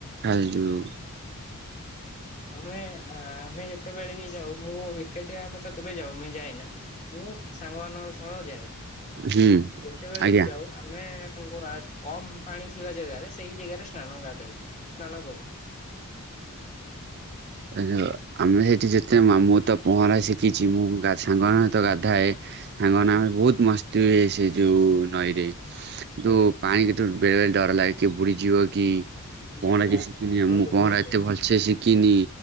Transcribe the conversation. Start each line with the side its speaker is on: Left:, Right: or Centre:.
Right: ହା ଯୋଉ
Left: ଆମେ ଆ ଆମେ ଯେତେବେଳେ ବି ଯାଉ ମୁଁ ଓ ବିଲି ସେଠି ଆମେ ତ କେବେ ଜମା ଯାଏନା ମୁଁ ମୋ ସାଙ୍ଗମାନଙ୍କ ସହ ଯାଏ।
Right: ହୁଁ
Left: ଯେତେବେଳେ
Right: ଆଜ୍ଞା।
Left: ବି ଯାଉ ଆମେ <unintelligible> କମ ପାଣି ଥିବା ଜେଗାରେ ସେଇ ଜେଗାରେ ସ୍ନାନ ଗାଧାଉ ସ୍ନାନ କରୁ।
Right: <unintelligible> ଆମେ ସେଇଠି ଯେତେ ମା ମୁଁ ତ ପହଁରା ଶିଖିଛି ମୁଁ ଗା ସାଙ୍ଗମାନଙ୍କ ସହିତ ଗାଧାଏ। ସାଙ୍ଗମାନେ ଆମେ ବହୁତ ମସ୍ତି ହୁଏ ସେ ଯୋଉ ନଈରେ। ତୁ
Left: ଆଜ୍ଞା
Right: ପାଣି କିନ୍ତୁ ବେଳେ ବେଳେ ଡର ଲାଗେ କିଏ ବୁଡିଯିବ କି?
Left: ଆଜ୍ଞା
Right: ପହଁରା
Left: ସେ
Right: ବି ଶିଖିନି
Left: ଶୁଣନ୍ତୁ
Right: ମୁଁ ପହଁରା
Left: ଶୁଣନ୍ତୁ
Right: ଏତେ ଭଲ ସେ ସେ ଶିଖିନି